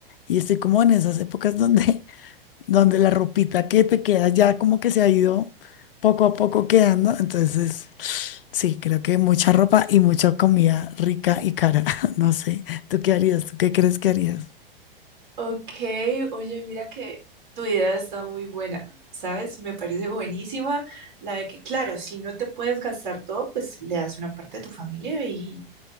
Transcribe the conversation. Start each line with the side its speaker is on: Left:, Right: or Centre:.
Left: y estoy como en esas épocas donde donde la ropita que te queda ya como que se ha ido poco a poco quedando. Entonces, sí, creo que mucha ropa y mucha comida rica y cara. <laughs> No sé, ¿tú qué harías? ¿Tú qué crees que harías?
Right: Ok, oye, mira que tu idea está muy buena, ¿sabes? Me parece buenísima la de que, claro, si no te puedes gastar todo, pues le das una parte a tu familia y